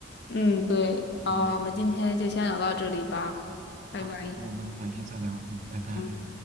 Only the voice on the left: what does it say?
嗯，对，啊，
我们今天就先聊到这里吧，拜拜。
嗯。